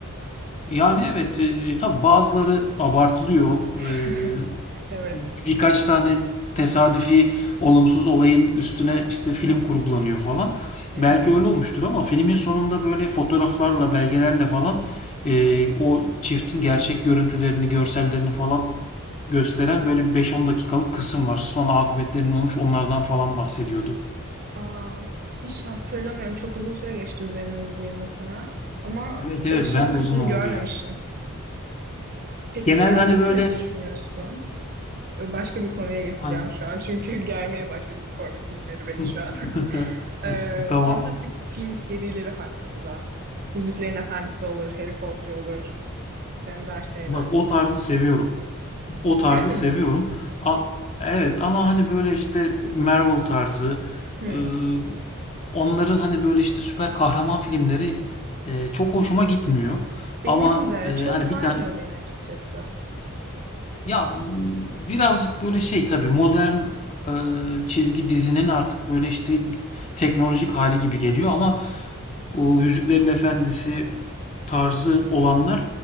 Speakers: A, on the left; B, on the right.
A: Yani evet e, tabii bazıları abartılıyor.
B: <laughs>
A: Eee,
B: Evet.
A: birkaç tane tesadüfi olumsuz olayın üstüne işte film kurgulanıyor falan.
B: Hı
A: Belki
B: hı.
A: öyle olmuştur ama filmin sonunda böyle fotoğraflarla, belgelerle falan e, o çiftin gerçek görüntülerini, görsellerini falan gösteren böyle bir 5-10 dakikalık kısım var. Sonra akıbetlerinin olmuş onlardan falan bahsediyordu.
B: Aa, hiç hatırlamıyorum. Çok uzun süre geçti üzerine izleyeyim muhtemelen. Ama
A: Evet evet
B: o son
A: ben
B: kısmını
A: de uzun oldu
B: görmemişim.
A: ya.
B: Peki
A: Genelde
B: şey hakkında
A: hani böyle
B: ne düşünüyorsun? Ee, Başka bir konuya geçeceğim
A: hangi
B: şu an. <laughs> Çünkü germeye başladı bu korku filmleri
A: <laughs>
B: beni şu an. <laughs> Ee,
A: Tamam.
B: fantastik film serileri hakkında. Yüzüklerin Efendisi olur, Harry Potter olur. Benzer şeyler.
A: Bak o tarzı seviyorum. O tarzı
B: Gerçekten
A: seviyorum.
B: ama.
A: A- evet ama hani böyle işte Marvel tarzı
B: Hı.
A: ıı, onların hani böyle işte süper kahraman filmleri e, çok hoşuma gitmiyor.
B: Benim
A: Ama
B: de
A: e,
B: çok
A: hani
B: sarmıyor
A: bir tane
B: beni açıkçası.
A: ya bu birazcık böyle şey tabii modern e, çizgi dizinin artık böyle işte teknolojik hali gibi geliyor ama bu Yüzüklerin Efendisi tarzı olanlar